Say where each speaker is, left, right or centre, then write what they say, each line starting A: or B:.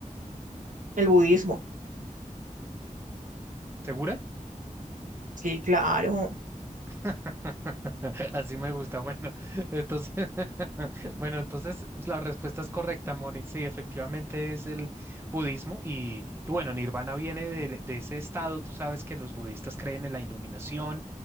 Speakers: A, on the right (about 75°); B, on the right (about 20°).
A: El budismo.
B: ¿Segura?
A: Sí, claro.
B: <laughs> Así me gusta. Bueno, entonces, <laughs> bueno, entonces pues, la respuesta es correcta, Moni. Sí, efectivamente es el budismo y, y bueno, Nirvana viene de, de ese estado. Tú sabes que los budistas creen en la iluminación